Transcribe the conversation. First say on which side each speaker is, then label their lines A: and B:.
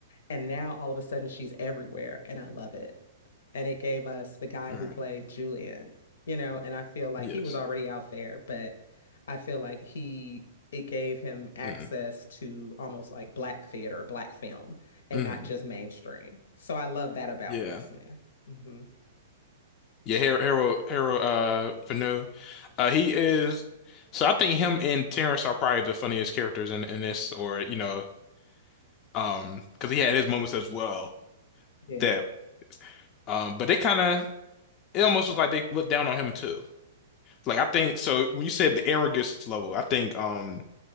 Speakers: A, on the left; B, on the left.
A: And now all of a sudden she's everywhere and I love it and it gave us the guy
B: All
A: who
B: right.
A: played Julian, you know, and I feel like
B: Yes.
A: he was already out there, but I feel like he it gave him access
B: Mm,
A: to almost like black theater, black film, and
B: mm,
A: not just mainstream. So I love that about
B: yeah.
A: Best Man. Mm-hmm.
B: Yeah, Har- Harold Harold uh Panu. Uh he is so I think him and Terrence are probably the funniest characters in, in this or you know um because he had his moments as well
A: Yeah.
B: that um but they kind of it almost was like they looked down on him too. Like I think so when you said the arrogance level, I think um